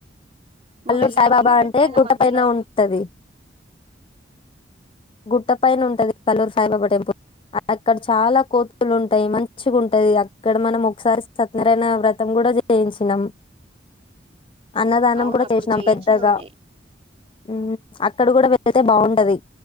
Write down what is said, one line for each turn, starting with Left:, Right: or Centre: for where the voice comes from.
Right: నువ్వు
Left: కల్లూరు
Right: వెళ్ళావా
Left: సాయిబాబా
Right: మరి
Left: అంటే
Right: ఎప్పుడైనా
Left: గుట్ట
Right: మధ్యలో
Left: పైన ఉంటది. గుట్ట పైనుంటది కల్లూరి సాయిబాబా టెంపుల్, అక్కడ చాలా కోతులుంటాయి, మంచిగ ఉంటది అక్కడ మనం ఒకసారి సత్యనారాయణ వ్రతం గుడా చేయించినం. అన్నదానం
Right: అవును
Left: గుడా
Right: అప్పుడు
Left: చేసినాం
Right: చేయించినుండే
Left: పెద్దగ హ్మ్ అక్కడ గుడా వెల్ ఏతే బావుంటది